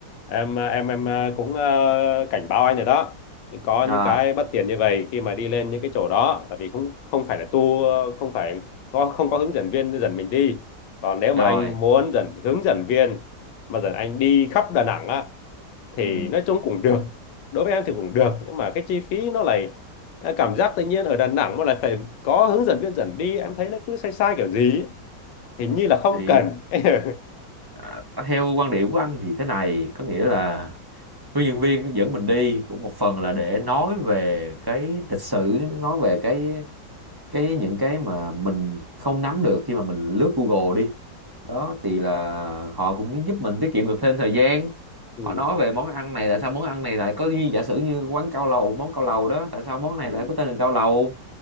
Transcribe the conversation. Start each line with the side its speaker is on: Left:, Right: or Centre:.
Left: em ờ, em em à, cũng à, cảnh báo anh rồi đó Nhưng có
Right: à
Left: những cái bất tiện như vậy khi mà đi lên những cái chỗ đó tại vì không không phải là tour không phải có không có hướng dẫn viên dẫn mình đi còn nếu
Right: rồi
Left: mà anh muốn dẫn hướng dẫn viên mà dẫn anh đi khắp Đà Nẵng á thì
Right: ừ
Left: nói chung cũng được đối với em thì cũng được nhưng mà cái chi phí nó lại cảm giác tự nhiên ở Đà Nẵng mà lại phải có hướng dẫn viên dẫn đi em thấy nó cứ sai sai kiểu gì ấy hình như là không
Right: thì
Left: cần <laughs>
Right: à, theo quan điểm của anh thì thế này có nghĩa là hướng dẫn viên dẫn mình đi cũng một phần là để nói về cái lịch sử nói về cái cái những cái mà mình không nắm được khi mà mình lướt Google đi đó thì là họ cũng giúp mình tiết kiệm được thêm thời gian
Left: ừ,
Right: họ nói về món ăn này tại sao món ăn này lại có như giả sử như quán cao lầu món cao lầu đó tại sao món này
Left: ừ,
Right: lại có tên là cao lầu